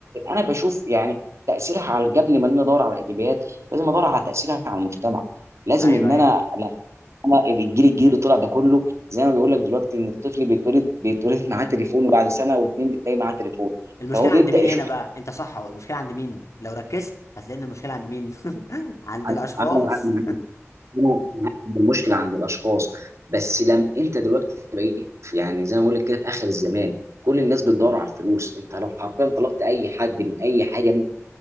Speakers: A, on the right; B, on the left.
A: انا بشوف يعني تاثيرها على قبل ما انا ادور على الايجابيات لازم ادور على تاثيرها على المجتمع لازم
B: ايوه
A: ان
B: ايوه
A: انا لا الجيل الجيل اللي طلع ده كله زي ما بيقول لك دلوقتي ان الطفل بيتولد بيتولد معاه تليفون وبعد سنه واتنين بتلاقي معاه تليفون
B: المشكله
A: فهو بيبدا
B: عند مين
A: يشوف
B: هنا
A: حاجات.
B: بقى انت صح هو المشكله عند مين لو ركزت هتلاقي ان المشكله عند مين <laughs> عند
A: انا
B: الاشخاص
A: انا أنا معاك أنا معاك إن المشكله عند الاشخاص بس لم انت دلوقتي بقيت يعني زي ما بقول لك كده في اخر الزمان كل الناس بتدور على الفلوس انت لو حرفيا طلبت اي حد من اي حاجه